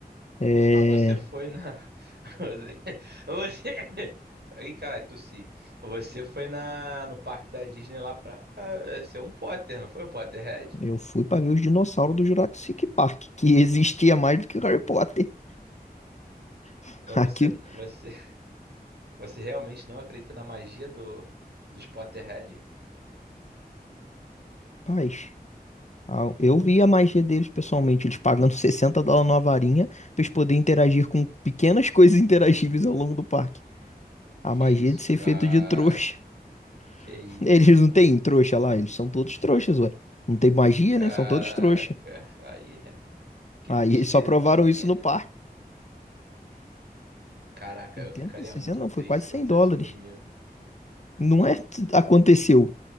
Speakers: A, on the left; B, on the right.
A: É,
B: Mas você foi na. <laughs> Você. você- Aí, cara, tossi. Você foi na, no parque da Disney lá pra, pra ser um Potter, não foi um Potterhead?
A: eu fui para ver os dinossauros do Jurassic Park, que existia mais do que o Harry Potter. <laughs>
B: Então
A: Aqui,
B: você, você, <laughs> você realmente não acredita na magia do, dos Potterhead?
A: paz. a- Eu vi a magia deles pessoalmente, eles pagando 60 dólares numa varinha para eles poderem interagir com pequenas coisas interagíveis ao longo do parque. A
B: Que
A: magia
B: isso,
A: de ser
B: cara.
A: feito de trouxa.
B: Que
A: <laughs>
B: isso?
A: Eles não têm trouxa lá, eles são todos trouxas, ué. Não tem magia,
B: Caraca,
A: né? São todos trouxa.
B: aí, que
A: Aí
B: tristezinha.
A: eles só provaram isso no parque.
B: Caraca,
A: setenta
B: eu ficaria
A: 60
B: muito
A: não,
B: triste
A: foi quase
B: se acontecesse
A: 100 dólares.
B: comigo.
A: Não é t- aconteceu.